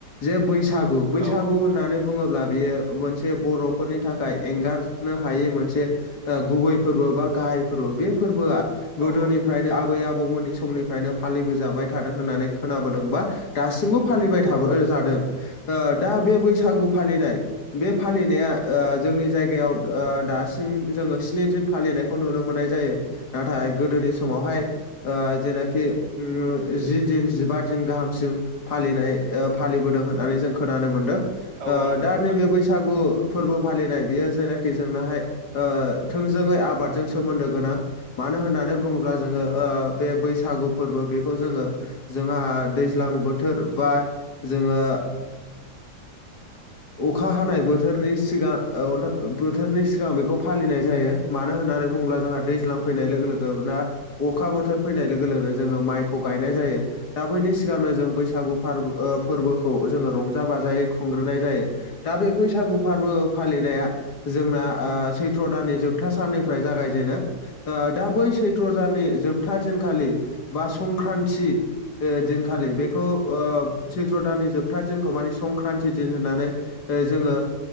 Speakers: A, on the left; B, on the right.
A: जे बैसागु बैसागु
B: औ औ नोंथां
A: होननानै बुङोब्ला बियो मोनसे बर' फोरनि थाखाय एंगारनो हायै मोनसे गुबै फोरबो बा गाहाइ फोरबो बे फोरबोआ
B: औ
A: गोदोनिफ्रायनो
B: औ
A: आबै आबौ आबौमोननि समनिफ्रायनो फालिबोजाबाय थादों होननानै खोनाबोदों बा दासिमबो फालिबाय थोबो जादों। दा बे बैसागु फालिनाय बे फालिनाया जोंनि जायगायाव दासिम जोङो स्नि दिन फालिनायखौ नुनो मोननाय जायो। नाथाय गोदोनि समावहाय ओ जेनाखि ओम जि दिन जिबा दिन गाहामसिम फालिनाय फालिबोदों होननानै जों खोनानो मोनदों
B: औ औ नंगौ
A: दा
B: नोंथां।
A: नैबे बैसागु फोरबो फालिनाय बेयो जायनाखि जोंनाहाय ओ थोंजोङै आबादजों सोमोन्दो गोनां मानो होननानै बुङोब्ला जोङो बे बैसागु फोरबो बे जोङो जों दैज्लां बोथोर बा जोङो ओ अखा हानाय बोथोरनि सिगां बोथोरनि सिगां बेखौ फालिनाय जायो मानो होननानै बुङोब्ला जोंहा दैज्लां फैनाय लोगो लोगो ना अखा बोथोर फैनाय लोगो लोगोनो जोङो माइखौ गायनाय जायो दा बैनि सिगांनो जों बैसागु फोरबोखौ जोङो रंजा बाजायै खुंग्रोनाय जायो दा बे बैसागु फोरबो फालिनाया जोंना सैथ्र' दाननि जोबथा साननिफ्राय जागाय जेनो दा बै सैथ्रजनि जोबथा दिनखालि बा संक्रान्ति दिनखालि बेखौ सैथ्र दाननि जोबथा दिनखौ मानि संक्रान्ति दिन होननानै जोङो